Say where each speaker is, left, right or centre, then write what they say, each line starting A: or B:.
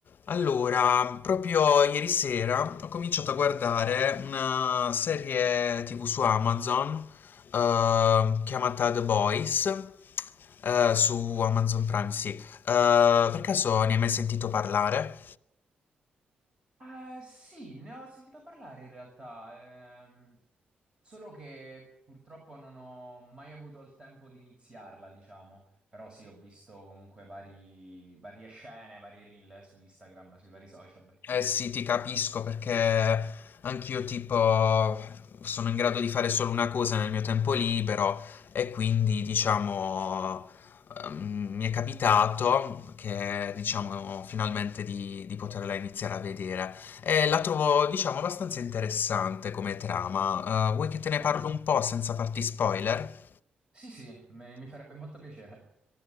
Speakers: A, on the left; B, on the right.
A: Allora, proprio ieri sera ho cominciato a guardare una serie TV su Amazon eh, chiamata The Boys eh, su Amazon Prime, sì. Eh, per caso ne hai mai sentito parlare?
B: Eh, sì, ne ho sentito parlare in realtà, ehm, solo che purtroppo non ho mai avuto il tempo di iniziarla, diciamo. Però sì, ho visto comunque vari, varie scene, vari reel su Instagram, sui vari social.
A: Eh sì, ti capisco perché anch'io tipo sono in grado di fare solo una cosa nel mio tempo libero e quindi diciamo ehm, mi è capitato che diciamo finalmente di, di poterla iniziare a vedere e la trovo diciamo abbastanza interessante come trama. Eh, vuoi che te ne
B: Ah.
A: parlo un po' senza farti spoiler?
B: Sì, sì, mi mi farebbe molto piacere.